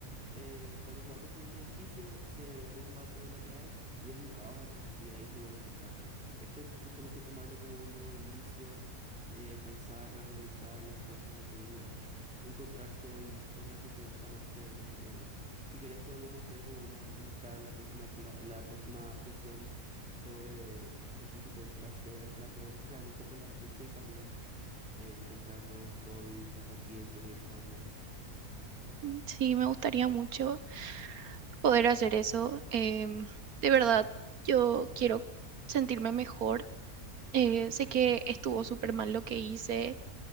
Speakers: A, in the centre; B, on the right.
A: eh, cuando se va a construir un edificio, se derrumba todo lo que hay y es un caos al principio y ahí se vuelve a empezar. Esto vos tenés que tomarle como un nuevo inicio, eh, pensar, analizar las cosas de tu vida, encontrar hobbies, cosas que te gustan hacer más o menos. Si querés podemos hacer como una lista la próxima, cla- la próxima sesión sobre cosas que te gusta hacer para poder distraer un poco la mente y también eh, encontrar nuevos hobbies, pasatiempos y esa onda.
B: Mm, Sí, me gustaría mucho poder hacer eso. em, de verdad, yo quiero sentirme mejor. Eh,
A: Ujú,
B: sé que estuvo súper mal lo que hice